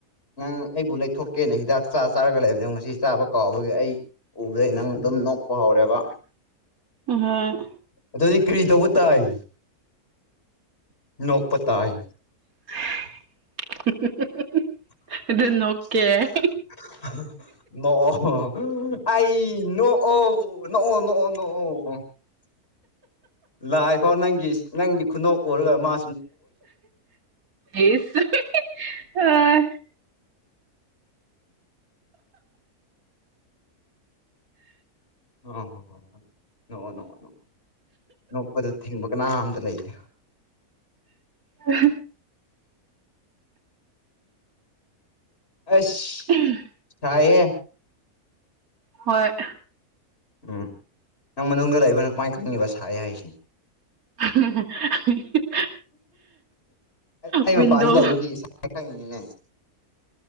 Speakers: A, on the left; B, on the right.
A: ꯅꯪ ꯑꯩꯕꯨ ꯂꯩꯊꯣꯛꯀꯦꯅ ꯍꯤꯗꯥꯛ ꯆꯥ ꯆꯥꯔꯒ ꯂꯩꯕꯗ ꯉꯁꯤ ꯆꯥꯕ ꯀꯥꯎꯕꯒꯤ ꯑꯩ ꯎꯕꯗꯩ ꯅꯪ ꯑꯗꯨꯝ ꯅꯣꯛꯄ ꯍꯧꯔꯦꯕ
B: ꯎꯝ
A: ꯑꯗꯨꯗꯤ ꯀꯔꯤ ꯇꯧꯕ ꯇꯥꯏ ꯅꯣꯛꯄ ꯇꯥꯏ
B: <unintelligible>
A: ꯑꯩ
B: ꯑꯗꯨ ꯅꯣꯛꯀꯦ
A: ꯅꫭꯛꯑꫭ ꯅꫭꯛꯑꫭ ꯅꫭꯛꯑꫭ ꯅꫭꯛꯑꫭ ꯂꯥꯛꯏꯐꯥꯎ ꯅꯪꯒꯤ ꯅꯪꯒꯤ ꯈꯨꯅꯣꯛ ꯎꯔꯒ ꯃꯥ
B: ꯏꯁ ꯑꯥ
A: ꯑ ꯍꯥ ꯍꯥ ꯅꫭꯛꯄꯗ ꯊꯤꯡꯕ ꯀꯅꯥꯝꯇ ꯂꯩꯇꯦ
B: ꯑ
A: ꯑꯁ
B: ꯎꯝ
A: ꯀꯥꯏꯌꯦ
B: ꯍꯣꯏ
A: ꯎꯝ ꯅꯪ ꯃꯅꯨꯡꯗ ꯂꯩꯕꯅ ꯀꯃꯥꯏꯅ ꯈꯪꯉꯤꯕ ꯁꯥꯏ ꯍꯥꯏꯁꯦ
B: <unintelligible>
A: ꯑꯩ
B: ꯋꯤꯟꯗꯣ
A: ꯃꯄꯥꯟꯅꯤ ꯂꯩꯕꯒꯤ ꯏꯁꯥ ꯈꯪꯉꯤꯅꯤꯅꯦ